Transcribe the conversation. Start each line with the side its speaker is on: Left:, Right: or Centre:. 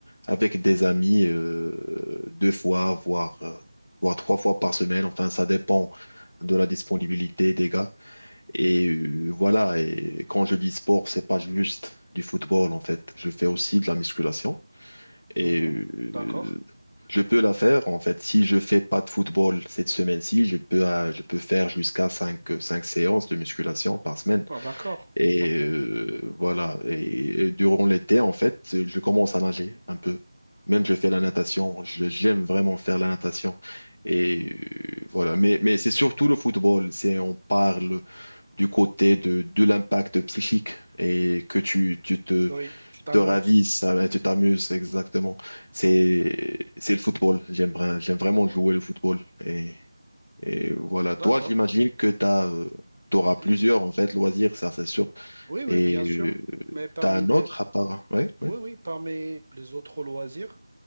Left: avec des amis euh, deux fois, voire, euh, voire trois fois par semaine. Enfin, ça dépend de la disponibilité des gars. Et euh, voilà, et quand je dis sport, c'est pas juste du football en fait. Je fais aussi de la musculation et
Right: mhm.
Left: euh,
Right: D'accord.
Left: je peux la faire en fait. Si je fais pas de football cette semaine-ci, je peux euh, je peux faire jusqu'à cinq cinq séances de musculation par semaine.
Right: Ah, d'accord.
Left: Et
Right: Parfait.
Left: euh, voilà. Et, et durant l'été, en fait, je commence à nager un peu. Même je fais la natation. Je- J'aime vraiment faire la natation. Et euh, voilà. Mais, mais c'est surtout le football. C'est, on parle du côté de, de l'impact psychique et que tu, tu te,
Right: Oui, tu t'amuses.
Left: te ravisses, euh, tu t'amuses exactement. C'est, c'est le football. J'aime, vra- j'aime vraiment jouer le football. Et, et voilà. Toi,
Right: D'accord.
Left: j'imagine que tu as, t'auras plusieurs,
Right: Oui,
Left: en fait, loisirs. Ça, c'est sûr.
Right: oui, oui,
Left: Et
Right: bien
Left: euh,
Right: sûr. Mais parmi
Left: t'as un
Right: les,
Left: autre à part, ouais, ouais,
Right: oui, oui, parmi les autres loisirs,